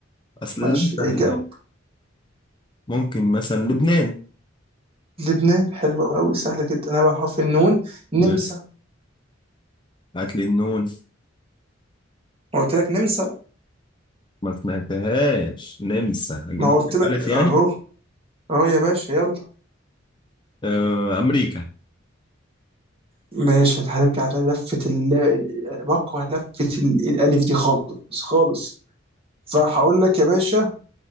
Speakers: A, on the left; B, on the right.
A: اصل
B: ماشي
A: اللام سهلة
B: جاوب
A: يعني ممكن مثلا لبنان
B: لبنان حلوه قوي سهله جدا انا بقى حرف النون نمسا
A: بس هات لي النون
B: ما قلت لك نمسا
A: ما سمعتهاش نمسا اجيب
B: ما
A: لك
B: قلت
A: الالف
B: لك اهو
A: يعني
B: اهو يا باشا يلا
A: آه امريكا
B: ماشي هنرجع على لفة ال ال- بكره لفة ال- الألف دي خالص خالص فهقول لك يا باشا